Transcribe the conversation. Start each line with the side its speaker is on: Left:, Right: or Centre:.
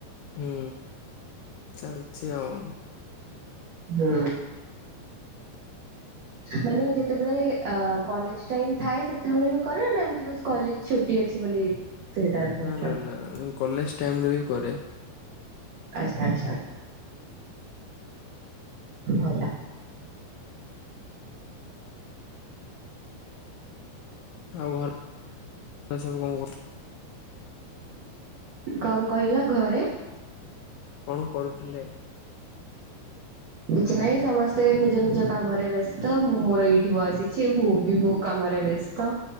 Left: ହୁଁ ଚାଲିଛି ଆଉ।
Right: ହୁଁ। ମାନେ ଯେତେବେଳେ ଅ କଲେଜ ଟାଇମି ଥାଏ ସେତେବେଳେ ବି କର ନା ଏମତି ବାସ୍ କଲେଜ ଛୁଟି ଅଛି ବୋଲି? ସେଇଟା କରୁଛ
Left: ନା ନା ନା କଲେଜ ଟାଇମରେ ବି କରେ।
Right: ଆଚଛା ଆଚ୍ଛା। ଭଲ।
Left: ଆଉ ଘର ସବୁ କଣ କର?
Right: କଣ କହିଲ ଘରେ
Left: କଣ କରୁଥିଲେ?
Right: କିଛି ନହିଁ ସମସ୍ତେ ନିଜ ନିଜ କାମରେ ବ୍ୟସ୍ତ ମୁଁ ମୋର ଏଇଠି ବସିଛି ମୁଁ ବି ମୋ କାମରେ ବ୍ୟସ୍ତ